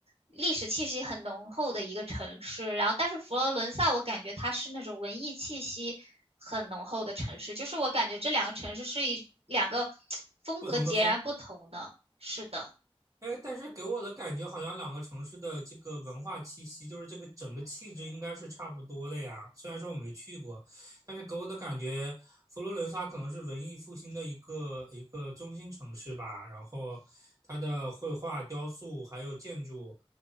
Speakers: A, on the right; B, on the right.
A: 历史气息很浓厚的一个城市，然后但是佛罗伦萨我感觉它是那种文艺气息很浓厚的城市，就是我感觉这两个城市是一两个 <tsk> 风格截然不同的。
B: 不同的风
A: 是的。
B: 哎，但是给我的感觉好像两个城市的这个文化气息，就是这个整个气质应该是差不多的呀。虽然说我没去过，但是给我的感觉，佛罗伦萨可能是文艺复兴的一个一个中心城市吧。然后它的绘画、雕塑还有建筑，